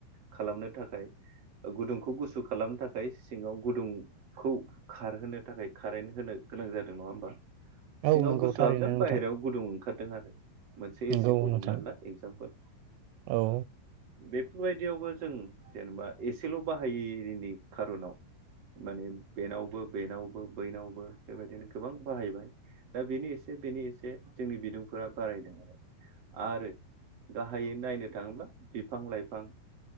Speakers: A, on the right; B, on the right.
A: खालामनो थाखाय। ओ गुदुंखौ गुसु खालामनो थाखाय सिङाव गुदुंखौ खारहोनो थाखाय कारेन्ट होनो गोनां जादों नङा होमबा?
B: औ
A: सिङाव
B: नंगौ
A: गुसु
B: थारैनो
A: हाबदों
B: नोंथां
A: बाहेरायाव गुदुं ओंखार दों आरो मोनसे
B: नंगौ
A: एसि खौ
B: नोंथां
A: हमनानै ला एक्जामपोल।
B: औ
A: बेफोरबायदियावबो जों जेनेबा एसेल' बाहायैनि खार'नाव माने बेनावबो बेनावबो बैनावबो बेबायदिनो गोबां बाहायबाय। दा बेनि एसे बेनि एसे जोंनि बिदुंफोरा बारायदों माने। आरो गाहायै नायनो थाङोब्ला बिफां लाइफां